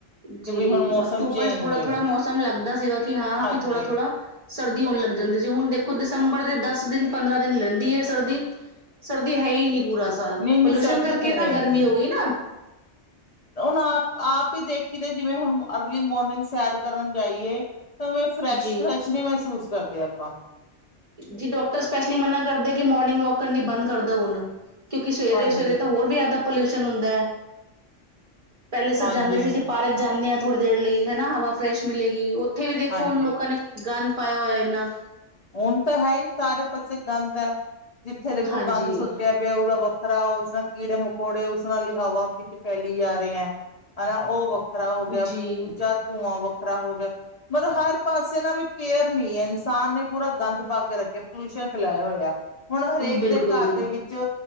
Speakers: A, on the left; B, on the right.
A: ਕਿ
B: ਜੀ
A: ਬਈ ਹੁਣ ਮੌਸਮ
B: ਅਕਤੂਬਰ
A: ਚੇਂਜ
B: ਚ ਥੋੜਾ
A: ਹੋਏਗਾ
B: ਥੋੜ੍ਹਾ ਮੌਸਮ ਲੱਗਦਾ ਸੀਗਾ, ਕਿ ਹਾਂ
A: ਹਾਂਜੀ-ਹਾਂਜੀ।
B: ਕਿ ਥੋੜਾ-ਥੋੜਾ ਸਰਦੀ ਹੋਣ ਲੱਗ ਜਾਂਦੀ ਸੀ, ਹੁਣ ਦੇਖੋ ਦਸੰਬਰ ਦੇ ਦਸ ਦਿਨ ਪੰਦਰਾਂ ਦਿਨ ਲੈਂਦੀ ਐ। ਸਰਦੀ-ਸਰਦੀ ਹੈ, ਹੀ ਨਹੀਂ ਪੂਰਾ ਸਾਲ
A: ਨਹੀਂ ਨਹੀਂ
B: ਪੋਲਿਊਸ਼ਨ
A: ਸਰਦੀ
B: ਕਰਕੇ
A: ਤਾਂ ਹੈ
B: ਨਾ
A: ਹੀ
B: ਗਰਮੀ
A: ਨਹੀਂ
B: ਹੋ ਗਈ ਨਾ।
A: ਹੁਣ ਆਪ ਆਪ ਹੀ ਦੇਖੀ ਦੇ ਜਿਵੇਂ, ਹੁਣ ਅਰਲੀ ਮੋਰਨਿੰਗ ਸੈਰ ਕਰਨ ਜਾਈਏ। ਤਾਂ ਆਵੇਂ ਫਰੈਸ਼
B: ਜੀ
A: ਫਰੈਸ਼ ਨੀ ਮਹਿਸੂਸ ਕਰਦੇ ਆਪਾਂ,
B: ਜੀ ਡਾਕਟਰ ਸਪੈਸ਼ਲੀ ਮਨਾ ਕਰਦੇ ਕਿ ਮੋਰਨਿੰਗ ਵਾਕ ਕਰਨੀ ਬੰਦ ਕਰਦਾ ਹੁਣ ਕਿਉਂਕਿ ਸਵੇਰੇ-ਸਵੇਰੇ
A: ਹਾਂਜੀ
B: ਤਾਂ ਹੋਰ ਵੀ ਜ਼ਿਆਦਾ ਪੋਲਿਊਸ਼ਨ ਹੁੰਦਾ ਹੈ। ਪਹਿਲੇ ਸਬ
A: ਹਾਂਜੀ
B: ਜਾਂਦੇ ਸੀ, ਪਾਰਕ ਜਾਂਦੇ ਹਾਂ ਥੋੜ੍ਹੀ ਦੇਰ ਲਈ ਹਨਾ ਹਵਾ ਫਰੈਸ਼ ਮਿਲੇਗੀ, ਉੱਥੇ ਵੀ ਦੇਖੋ
A: ਹਾਂਜੀ
B: ਹੁਣ ਲੋਕਾਂ ਨੇ ਗੰਦ ਪਾਇਆ ਹੋਇਆ ਇੰਨਾ।
A: ਹੁਣ ਤਾਂ ਹੈ ਹੀ ਸਾਰੇ ਪਾਸੇ ਗੰਦ ਹੈ ਜਿੱਥੇ ਦੇਖੋ
B: ਹਾਂਜੀ
A: ਗੰਦ ਸੁੱਟਿਆ ਪਿਆ ਹੋਊ ਗਾ ਵ ਵੱਖਰਾ ਉਸ ਨਾਲ ਕੀੜੇ ਮਕੌੜੇ ਉਸ ਨਾਲ ਹੀ ਹਵਾ ਵਿੱਚ ਫੈਲੀ ਜਾ ਰਹੇ ਹੈ, ਹਨਾ ਉਹ ਵ ਖਰਾ ਹੋ ਗਿਆ ਦੂਜਾ,
B: ਜੀ
A: ਧੂੰਆਂ ਵੱਖਰਾ ਹੋ ਗਿਆ ਮਤਲਬ ਹਰ ਪਾਸੇ ਨਾ ਵੀ ਕੇਅਰ ਨੀ ਹੈ ਇਨਸਾਨ ਨੇ ਪੂਰਾ ਗੰਦ ਪਾ ਕੇ ਰੱਖੇ ਪੋਲਿਊਸ਼ਨ ਫੈਲਾਇਆ ਹੋਇਆ, ਹੁਣ ਹਰੇਕ
B: ਬਿਲਕੁਲ
A: ਦੇ ਘਰ
B: ਜੀ
A: ਦੇ ਵਿੱਚ